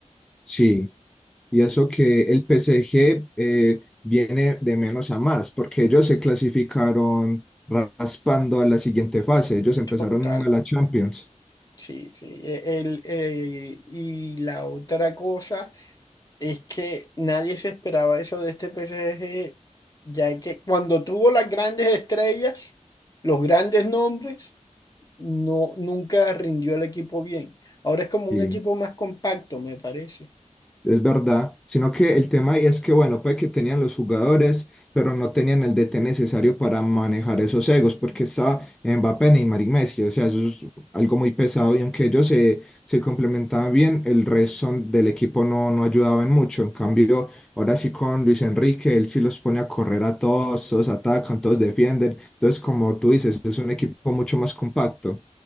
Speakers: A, in the centre; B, on the left.
A: sí. Y eso que el P PSG eh, viene de menos a más, porque ellos se clasificaron raspando a la siguiente fase. Ellos empezaron
B: Total,
A: muy mal a Champions.
B: sí, sí. E- El, eh, y la otra cosa es que nadie se esperaba eso de este P S G. ya que cuando tuvo las grandes estrellas, los grandes nombres, no, nunca rindió el equipo bien. Ahora es como un
A: Sí.
B: equipo más compacto, me parece.
A: Es verdad, sino que el tema ahí es que, bueno, puede que tenían los jugadores, pero no tenían el DT necesario para manejar esos egos, porque estaba Mbappé, Neymar y Messi, o sea, eso es algo muy pesado, y aunque ellos se, se complementaban bien, el resto del equipo no, no ayudaban mucho, en cambio, ahora sí con Luis Enrique, él sí los pone a correr a todos, todos atacan, todos defienden, entonces, como tú dices, es un equipo mucho más compacto.